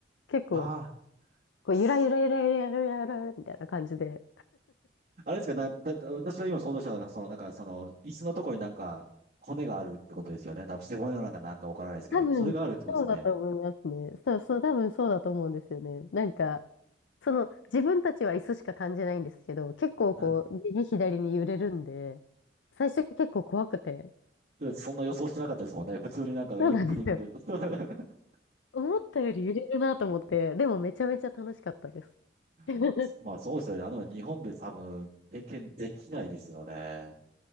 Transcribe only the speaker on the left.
結構、
こう、
ゆらゆらゆらゆらゆらゆらゆらゆらみたいな感じで。
多分、
そうだと思いますね。そう、そう、多分そうだと思うんですよね。なんか、その、自分たちは椅子しか感じないんですけど、結構こう、
右左に揺れるんで、最初結構怖くて。
そうなんですよ。
思ったより揺れるなと思って、でもめちゃめちゃ楽しかったです。<laughs>